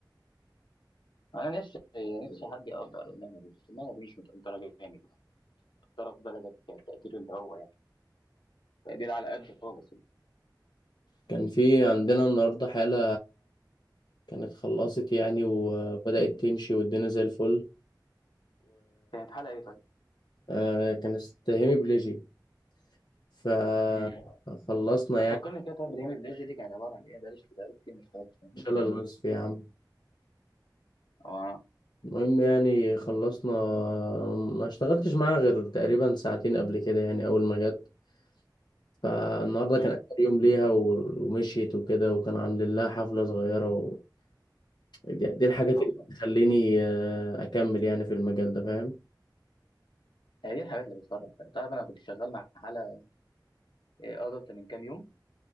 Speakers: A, on the left; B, on the left.
A: انا نفسي نفسي حد يقدر المهنه دي بس المهنه دي مش متقدره جامد متقدره في بلدك التقدير اللي هو يعني تقدير على قد خالص يعني
B: كان في عندنا النهارده حاله كانت خلصت يعني وبدأت تمشي والدنيا زي الفل
A: كانت حلقه ايه
B: وكانت هيمي بليجي فخلصنا
A: طيب؟ بتفكرني
B: يعني
A: كده طب ليه الداجي دي كانت عباره عن ايه؟ بقالي كتير بقالي كتير ما اشتغلتش في
B: ان شاء
A: الداجي
B: الله الوصف يا عم
A: اه
B: المهم يعني خلصنا ما اشتغلتش معاها غير تقريبا ساعتين قبل كده يعني اول ما جت فالنهارده كان
A: امم
B: اخر يوم ليها و- ومشيت وكده وكان عاملين لها حفله صغيره و... دي دي الحاجات
A: ما شاء
B: اللي
A: الله
B: بتخليني آه، اكمل يعني في المجال ده فاهم
A: هي دي الحاجات اللي بتفرج فيها. تعرف انا كنت شغال مع حاله إيه، ادلت من كام يوم